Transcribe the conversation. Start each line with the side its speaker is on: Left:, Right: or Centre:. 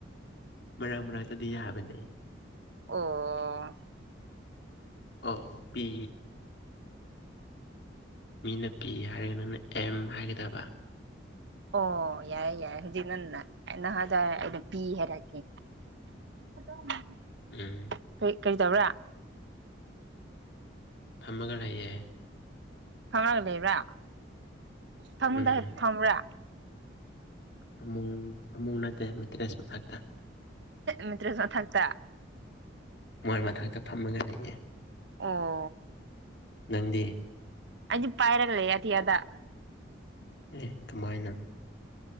Left: ꯃꯔꯡ ꯃꯔꯛꯇꯗꯤ ꯌꯥꯕꯅꯦ
Right: ꯑꯣ
Left: ꯑꯣ ꯄꯤ ꯃꯤꯅ ꯄꯤ ꯍꯥꯏꯔꯒ ꯅꯪꯅ ꯑꯦꯝ ꯍꯥꯏꯒꯗꯕ
Right: ꯑꯣ ꯌꯥꯔꯦ ꯌꯥꯔꯦ ꯍꯧꯖꯤꯛ ꯅꯪꯟꯅ ꯅꯍꯥꯖ ꯑꯩꯅ ꯄꯤ ꯍꯥꯏꯔꯛꯀꯦ ꯐꯗꯧ ꯃꯥꯜꯂꯦ
Left: ꯎꯝ
Right: ꯀꯩ ꯀꯩꯗꯧꯔꯦ
Left: ꯐꯝꯃꯒ ꯂꯩꯌꯦ
Right: ꯐꯝꯃꯒ ꯂꯩꯕ꯭ꯔꯥ ꯐꯃꯨꯡꯗ
Left: ꯎꯝ
Right: ꯐꯝꯕ꯭ꯔꯥ
Left: ꯐꯃꯨꯡ ꯐꯃꯨꯡ ꯅꯠꯇꯦ ꯃꯇ꯭ꯔꯦꯁ ꯃꯊꯛꯇ
Right: ꯃꯇ꯭ꯔꯦꯖ ꯃꯊꯛꯇ
Left: ꯃꯣꯏ ꯃꯊꯛꯇ ꯐꯝꯃꯒ ꯂꯩꯌꯦ
Right: ꯑꯣ
Left: ꯅꯪꯗꯤ
Right: ꯑꯩꯗꯤ ꯄꯥꯏꯔꯒ ꯂꯩꯌꯦ ꯑꯇꯤꯌꯥꯗ
Left: ꯑꯦ ꯀꯃꯥꯏꯅ